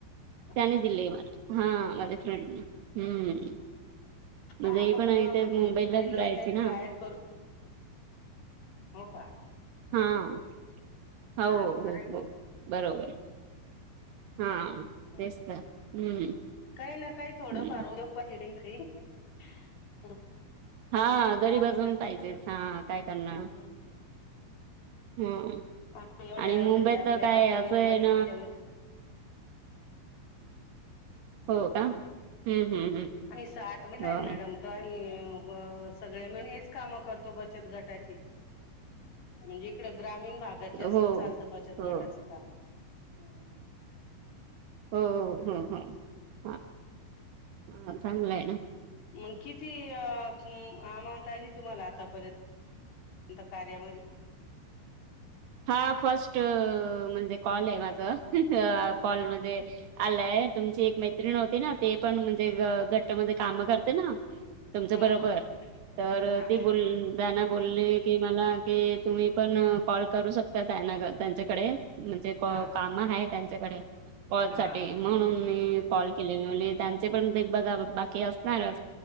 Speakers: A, on the right; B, on the left.
A: त्यांनी
B: अच्छा
A: दिले मला हा माझे फ्रेंड नी हम्म.
B: हा
A: म्हणजे हे
B: आपण
A: पण आहे
B: म्हणजे
A: तर मुंबईलाच
B: फ्रेंडला
A: राहायचे
B: त्यांला
A: ना
B: ऍड करू. हो का.
A: हां हाव
B: हा बरं
A: हो
B: आहे
A: हो
B: मग
A: बरोबर. हा
B: हं.
A: तेच तर ह़
B: काही ना
A: ह.
B: <unintelligible>
A: हा
B: अच्छा
A: गरीबअजून
B: आणि गंज
A: पाहिजेच
B: इकडं
A: हा काय करणार
B: हं, हं.
A: ह.
B: आम्ही एवढ्या
A: आणि मुंबईत
B: म्हणजे आपल्या
A: तर काय
B: औरंगाबाद
A: असं हेन.
B: जिल्ह्यामध्ये
A: हो
B: अम.
A: का हम्म हम्म
B: आणि साठ म्हलाय
A: हम्म
B: मॅडम. काय हे सगळे मिळून हेच काम करतो बचत गटाची. म्हणजे इकडं ग्रामीण भागात जास्त
A: हो हो
B: चालतं बचत
A: हो
B: गटाचं काम ह.
A: हो हो हो ह ह चांगलं हायना.
B: मग किती अमाऊट आली तुम्हाला आतापर्यंत. अंत कार्यामध्यी.
A: हा फर्स्ट म्हणजे कॉल आहे. माझं कॉल म्हणजे, आलाय तुमची एक मैत्रिण होती ना. ती पण म्हणजे गटमध्ये काम करते ना. तुमचं
B: हो
A: बरोबर
B: हो
A: तर
B: हा
A: ती बोल त्यांन बोले की मला कि तुम्ही पण कॉल करू शकता त्यांना त्यांच्याकडे. म्हणजे काम
B: हा
A: आहेत तेच्याकडे कॉल
B: हा
A: साठी म्हणून मी कॉल केलेली. त्यांचे पण ते बघा बाकी असणारच.